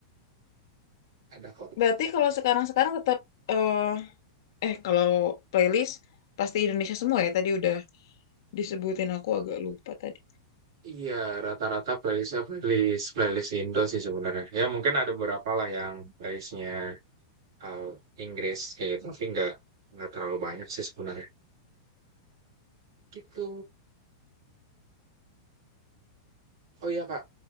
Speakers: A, on the right; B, on the left.
A: Ada kok.
B: Berarti kalau sekarang-sekarang tetap eh eh kalau playlist pasti Indonesia semua ya. Tadi udah disebutin aku agak lupa tadi.
A: Iya, rata-rata playlistnya playlist playlist Indo sih sebenarnya. Ya mungkin ada beberapa lah yang playlistnya eee, Inggris kayak gitu, tapi nggak nggak terlalu banyak sih sebenarnya. Gitu. Oh iya, Kak,